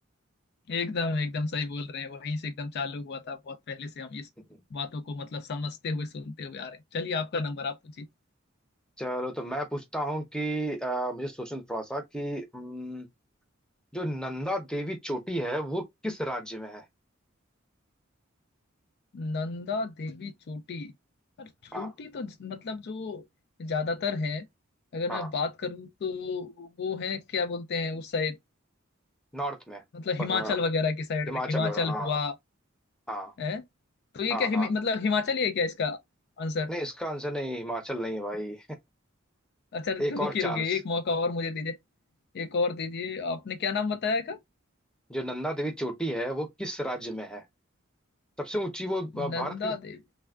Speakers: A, on the left; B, in the centre.
A: एकदम एकदम सही बोल रहे हैं वहीं से एकदम चालू हुआ था बहुत पहले से हम इस
B: है
A: बातों को मतलब समझते हुए सुनते हुए आ रहे हैं चलिए आपका नंबर आप पूछिए
B: चलो तो मैं पूछता हूँ कि अ, मुझे सोचने दो थोड़ा सा कि हम्म, जो नंदा देवी चोटी है वो किस राज्य में है
A: नंदा देवी चोटी और चोटी
B: हाँ
A: तो ज- मतलब जो ज्यादातर हैं अगर
B: हाँ
A: मैं बात करूं तो वो है क्या बोलते हैं उस साइड
B: नॉर्थ में
A: मतलब हिमाचल
B: हाँ,
A: वगैरह की साइड
B: हिमाचल
A: में हिमाचल
B: हो रहा हाँ
A: हुआ
B: हाँ
A: है तो ये
B: हाँ
A: क्या हिम,
B: हाँ
A: मतलब हिमाचल ही है क्या इसका आंसर
B: नहीं इसका आंसर नहीं हिमाचल नहीं है भाई
A: अच्छा
B: <laughs>
A: रु-
B: एक और
A: रुकिए
B: चांस
A: रुकिए एक मौका और मुझे दीजिए एक और दीजिए आपने क्या नाम बताया का
B: जो नंदा देवी चोटी है वो किस राज्य में है सबसे ऊंची वो अ, भारत
A: नंदा
B: की
A: देवी